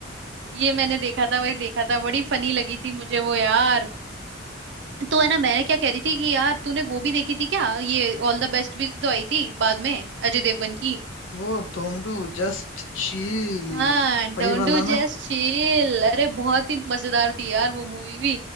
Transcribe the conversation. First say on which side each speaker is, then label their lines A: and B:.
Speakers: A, on the right; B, on the left.
A: ये मैंने देखा था वही देखा था बड़ी फनी लगी थी मुझे वो यार तो है ना मैंने क्या कह रही थी कि यार तूने वो भी देखी थी क्या ये ऑल द बेस्ट भी तो आई थी बाद में अजय देवगन की
B: वो धोंडू जस्ट चील
A: हाँ डोंट
B: वही वाला
A: डू जस्ट
B: ना
A: चिल अरे बहुत ही मजेदार थी यार वो मूवी भी